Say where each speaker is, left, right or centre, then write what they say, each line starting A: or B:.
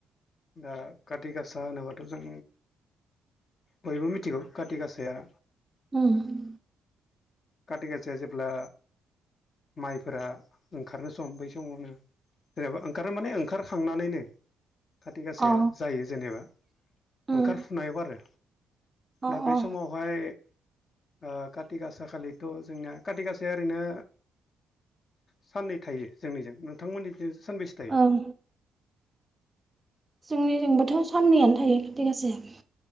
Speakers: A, on the left; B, on the right.
A: दा काति गासा होनोबाथ' जों बयबो मिथिगौ काति गासाया
B: उम।
A: खाथि गासाया जेब्ला माइफोरा ओंखारनो सम बै समावनो जेनेबा ओंखारो माने ओंखारखांनानैनो खाथि गासाया
B: अ
A: जायो जेनेबा
B: उम
A: ओंखारफुनायाव आरो
B: अ
A: दा बे
B: अ
A: समावहाय ओ काति गासा खालि थ' जोंनिया काति गासाया ओरैनो। साननै थायो जोंनिजों नोंथांमोननिजों सानबेसे थायो
B: ओं जोंनिजोंबोथ' साननैयानो थायो खाथि गासाया।